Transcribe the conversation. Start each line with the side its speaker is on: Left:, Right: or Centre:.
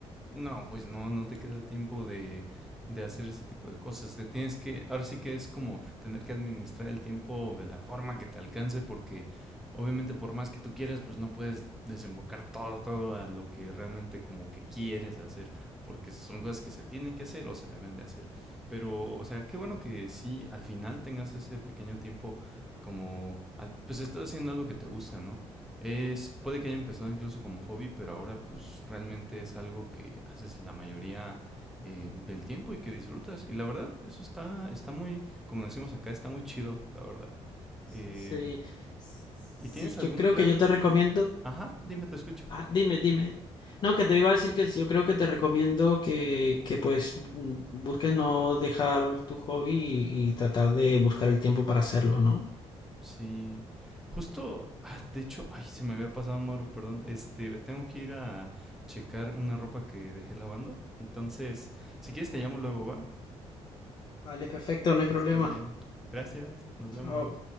Centre: No, pues no, no te queda tiempo de, de hacer ese tipo de cosas. Te tienes que, ahora sí que es como tener que administrar el tiempo de la forma que te alcance, porque obviamente por más que tú quieras, pues no puedes desembocar todo, todo a lo que realmente como que quieres hacer, porque son cosas que se tienen que hacer o se deben de hacer. Pero, o sea, qué bueno que sí, al final tengas ese pequeño tiempo como, al- pues estás haciendo algo que te gusta, ¿no? Es, puede que haya empezado incluso como hobby, pero ahora pues realmente es algo que haces la mayoría eh, del tiempo y que disfrutas. Y la verdad, eso está, está muy, como decimos acá, está muy chido, la verdad.
Left: Sí,
Centre: Eh,
Left: sí,
Centre: ¿y tienes
Left: yo
Centre: algún
Left: creo
Centre: plan?
Left: que yo te recomiendo.
Centre: Ajá, dime, te escucho.
Left: Ah, dime, dime. No, que te iba a decir que sí, yo creo que te recomiendo que, que pues mm, busques no dejar tu hobby y, y tratar de buscar el tiempo para hacerlo, ¿no?
Centre: Sí. Justo, ah, de hecho, ay, se me había pasado, Mauro, perdón. Este, tengo que ir a checar una ropa que dejé lavando. Entonces, si quieres te llamo luego, ¿va?
Left: Vale, perfecto, no hay problema.
Centre: Sale. Gracias, nos
Left: Chao.
Centre: vemos.